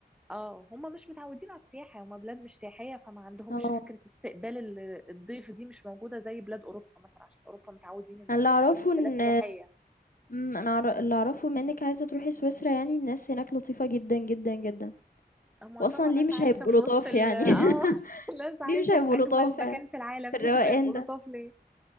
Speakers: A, in the centre; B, on the left.
A: اه هم مش متعودين على السياحة هم بلاد مش سياحية فما عندهمش
B: آه،
A: فكرة استقبال ال- الضيف دي مش موجودة زي بلاد أوروبا مثلا عشان أوروبا متعودين إن
B: أنا
A: هم
B: اللي أعرفه إن
A: بلاد سياحية
B: إمم، أنا أعر اللي أعرفه بما إنِك عايزة تروحي سويسرا يعني الناس هناك لطيفة جدًا، جدًا، جدًا.
A: هم
B: وأصلًا
A: طبعا
B: ليه
A: ناس
B: مش
A: عايشة
B: هيبقوا
A: في
B: لطاف
A: وسط ال
B: يعني
A: اه <laughs>
B: <laughs>
A: ناس عايشة
B: ليه مش هيبقوا
A: في أجمل
B: لطاف
A: مكان
B: يعني
A: في العالم
B: في الروقان
A: <laughs> مش هيبقوا
B: ده؟
A: لطاف ليه